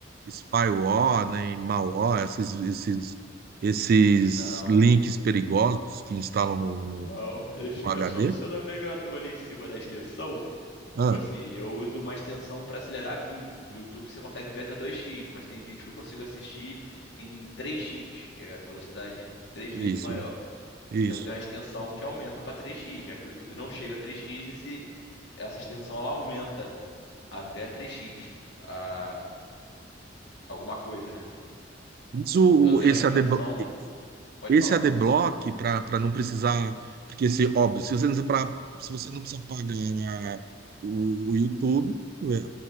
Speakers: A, on the right (about 55°); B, on the left (about 65°).
A: spyware, nem malware, esses, esses, esses
B: não,
A: links perigosos que instalam no,
B: não. Ele fica
A: O HD?
B: só no seu navegador ali em cima da extensão.
A: Ah,
B: Tipo assim, eu uso uma extensão para acelerar vídeo. O YouTube você consegue ver até dois x mas tem vídeo que eu consigo assistir em três x que é a velocidade três vezes
A: isso,
B: maior.
A: isso.
B: Eu tenho uma extensão que aumenta para três x já que o YouTube não chega a três x esse, essa extensão ela aumenta. até 3x, a alguma coisa, né?
A: Mas o,
B: Eu tenho
A: o- esse
B: uma extensão,
A: AD, blo-
B: pode
A: esse
B: falar.
A: AD Block, para para não precisar. Porque, se, óbvio, se você não precisa, pra- se você não precisa pagar a- o, o YouTube, é, é,